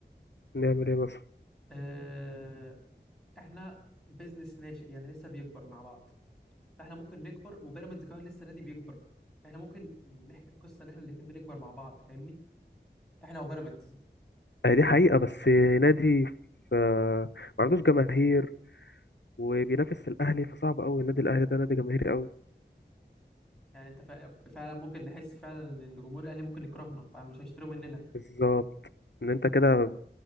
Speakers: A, on the left; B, in the centre.
A: نعمل إيه مثلا
B: آه، احنا بيزنس ناشئ يعني لسه بيكبر مع بعض فاحنا ممكن نكبر وبيراميدز كمان لسه نادي بيكبر احنا ممكن نحكي القصه ان احنا الاثنين بنكبر مع بعض فاهمني احنا وبيراميدز
A: آه، دي حقيقة بس نادي ف- ما عندوش جماهير وبينافس الأهلي فصعب أوي النادي الأهلي ده نادي جماهيري أوي
B: يعني انت فا- فعلا ممكن نحس فعلا ان الجمهور الاهلي ممكن يكرهنا فمش هيشتروا مننا
A: بالظبط إن أنت كده